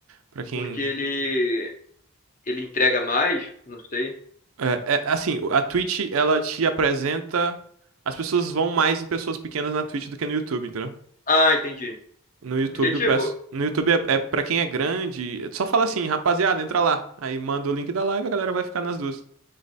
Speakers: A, on the right (about 75°); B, on the left (about 35°).
A: Pra quem.
B: porque ele, ele entrega mais? Não sei.
A: É, é, assim, a Twitch, ela te apresenta. As pessoas vão mais em pessoas pequenas na Twitch do que no YouTube, entendeu?
B: Ah, entendi.
A: No YouTube,
B: Porque, tipo,
A: eu peço. No YouTube é, é para quem é grande. Só fala assim, rapaziada, entra lá. Aí manda o link da live, a galera vai ficar nas duas.